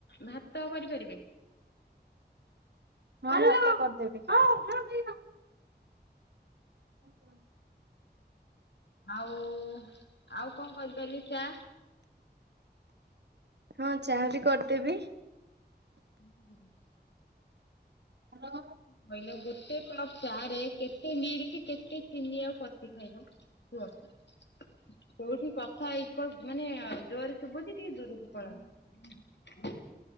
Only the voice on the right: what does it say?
ହଁ ଭାତ କରଦେବି। ଆହ
ହଁ ଚାହା ବି କରଦେବି।
ହାଲୋ।